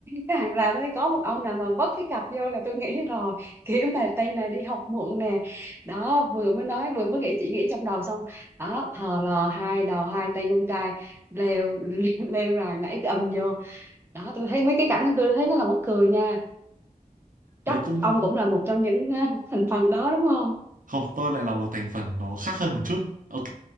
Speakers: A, on the right; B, on the right.
A: cái hàng rào đấy có một ông nào mà vấp cái cặp vô là tôi nghĩ rồi kiểu mà tay này đi học muộn nè đó vừa mới nói vừa mới nghĩ chỉ nghĩ trong đầu xong đó thò lò hai đầu hai tay con trai leo <laughs> leo rào nhảy cái ầm vô đó tôi thấy mấy cái cảnh đó tôi thấy nó là mắc cười nha chắc
B: đấy cũng
A: ông cũng là một trong những ờ, <laughs> thành phần đó đúng không
B: Không, tôi lại là một thành phần nó khác hơn một chút. Ok,